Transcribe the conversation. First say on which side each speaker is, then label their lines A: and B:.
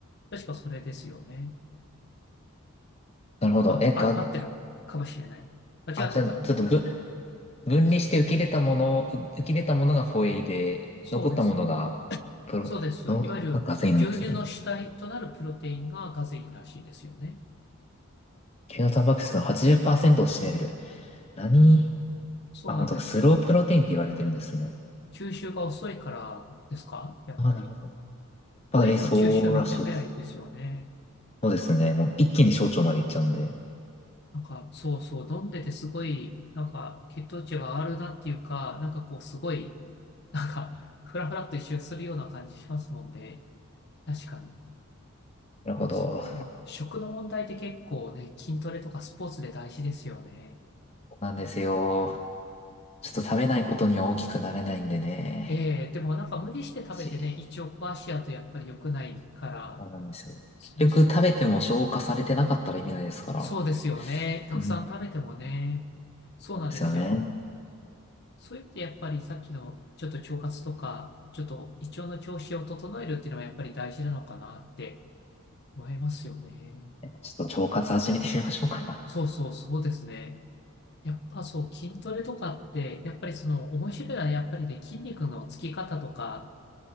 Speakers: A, on the left; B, on the left.
A: 確かそれですよね。
B: なるほど。
A: 多分、
B: え、が、
A: あ、合ってるかもしれない。間違ってたら、
B: あ、じゃあ、ちょっとぶ、分離して受け入れたもの、
A: そう、
B: う受け入れたものがホエイで、
A: そうです。
B: 残ったものが、プロ、
A: そうです。
B: の、
A: いわゆる牛乳の主体となるプロテインがガゼインらしいですよね。
B: がガゼインなんですね。牛のタンパク質の80%を占める。何
A: そうなんですよ。
B: あ、本当だスロープロテインって言われてるんですね。
A: 吸収が遅いからですかやっぱり。
B: ああ、なるほど。やっぱり、
A: ホエイとか吸収めっちゃ早いですよね。
B: えそうらしいです。そうですね。もう一気に小腸まで行っちゃうんで。
A: なんか、そうそう、飲んでてすごい、なんか、血糖値が上がるなっていうか、なんかこう、すごい、なんか、ふらふらっと一瞬するような感じしますもんね。確かに。
B: なるほど。
A: でもそっか、
B: そ
A: 食の問題って結構ね、筋トレとかスポーツで大事ですよね。
B: うなんですよ。ちょっと食べないことには大きくなれないんでね。
A: ええでもなんか無理して食べてね、
B: し、
A: 胃腸壊しちゃうとやっぱり良くないから、
B: そうなんですよ。
A: そうそう。
B: 結局食べても消化されてなかったら意味ないですから。
A: そうですよね。たくさん食べてもね。
B: うん。そ
A: そうなんですよ。
B: うなんですよね。
A: そういう意味でやっぱりさっきのちょっと腸活とか、ちょっと胃腸の調子を整えるっていうのはやっぱり大事なのかなって思いますよね。
B: ちょっと腸活始めてみましょうかな。
A: そうそうそうですね。やっぱそう筋トレとかって、やっぱりその面白いのはやっぱりね、筋肉のつき方とか